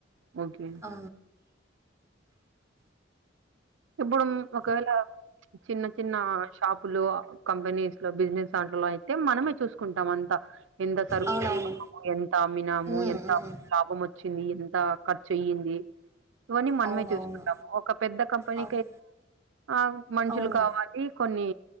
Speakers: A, on the right; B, on the right.
A: ఓకే
B: ఆ
A: ఇప్పుడు ఒకవేళ చిన్న చిన్న షాపులు కంపెనీస్ లో బిజినెస్ దాంట్లలో అయితే మనమే చూసుకుంటాం అంతా ఎంత సరుకు
B: అవునవును.
A: తెచ్చుకున్నాము ఎంత అమ్మినాము
B: హ్మ్.
A: ఎంత
B: హ్మ్.
A: లాభం వచ్ వచ్చింది ఎంత ఖర్చు అయింది ఇవన్నీ మనమే
B: అవునవును.
A: చూసుకుంటాము ఒక పెద్ద కంపెనీ
B: అవును.
A: ఆ మనుషులు
B: అవును.
A: కావాలి ఈ కొన్ని